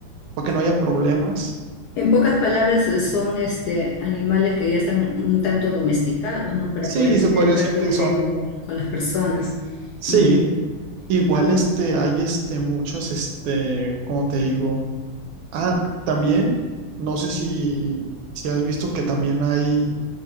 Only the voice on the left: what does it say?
En pocas palabras, eh, son este, animales que ya están un tanto domesticados, ¿no? Para
poder tener
el trato
directo
con, con las personas.
Ujú.
Ah,